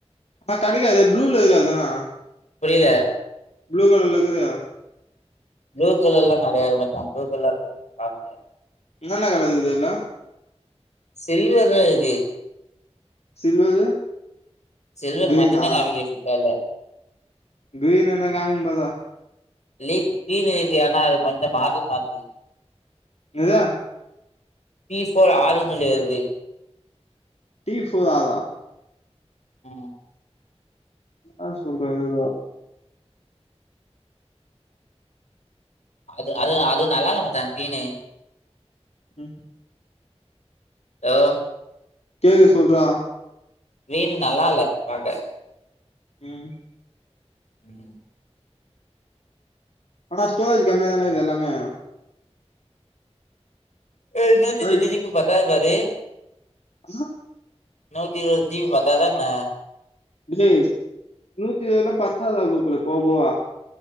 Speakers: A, on the left; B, on the left.
A: ஆ கடையிலே அதே ப்ளூல இருக்கே அதாண்ணா
B: புரியல
A: ப்ளூ கலர்லக்குத
B: ப்ளூ கலர்லா கிடையாது மச்சா ப்ளூ கலர் <inaudible> கவணிக்கல
A: என்னென்ன கலர் இருக்குது இதுல
B: சில்வர் தா இருக்கு
A: சில்வரு
B: சில்வர்
A: கிரீனா
B: மட்டுதா காமிக்குது ஃபிளிப்கார்ட்ல
A: கிரீன் என்ன <unintelligible>
B: லீஃப் கிரீன்னு இருக்கு ஏன்னா அத கொஞ்சோ மாரவே மாட்டிங்குது
A: எதா
B: பீஸ் போட ஆளு கெடையாது
A: டீ சுதாதா
B: ம்
A: ஆ சொல்றது வர்
B: அது அது அது நல்லா இல்ல மச்சா க்ரீன்னு
A: ம்
B: ஹலோ
A: கேக்குது சொல்றா
B: மீனு நல்லா இல்ல பாக்க
A: ம்
B: ம்
A: ஆனா ஸ்டோரேஜ் கம்மியா தான இக்குது எல்லாமே
B: ஏய் என்னத்திது
A: டேய்
B: திதிப் பத்தாது பாரு
A: ஆ
B: நோக்கிவ தீவி பத்தாத என்ன
A: ஏ நூத்தி இருவதுல்லா பத்தாதுடா கோகுலு போவ போவ